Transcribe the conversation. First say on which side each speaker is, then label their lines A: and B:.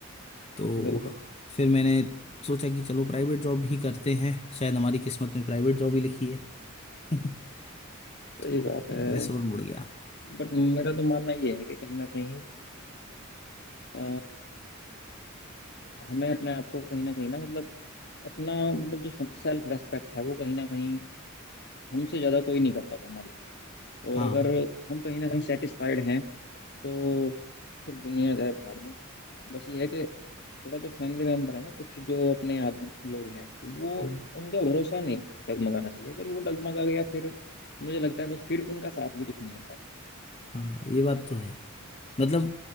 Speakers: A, on the left; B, on the left.
A: तो
B: बिल्कुल
A: फिर मैंने सोचा कि चलो प्राइवेट जॉब ही करते हैं शायद हमारी किस्मत में प्राइवेट जॉब ही लिखी है <laughs>
B: सही
A: तो
B: बात
A: फिर
B: है
A: मैं शोर मुड़ गया
B: बट मेरा तो मानना ये है कि कहीं ना कहीं अ, हमें अपने आप को कहीं ना कहीं ना मतलब अपना मतलब जो सेल्फ रेस्पेक्ट है वो कहीं ना कहीं हमसे ज्यादा कोई नहीं करता हमारी और
A: हाँ
B: अगर हम कहीं ना कहीं सेटिस्फाइड हैं तो फिर दुनिया जाए भाड़ में बस ये है कि थोड़ा जो फैमिली मेंबर है ना कुछ जो अपने आदमी लोग हैं वो
A: हाँ
B: उनका भरोसा नहीं डगमगाना चाहिए अगर वो डगमगा गया फिर मुझे लगता है बस फिर उनका साथ भी कुछ नहीं होता है
A: हाँ, ये बात तो है मतलब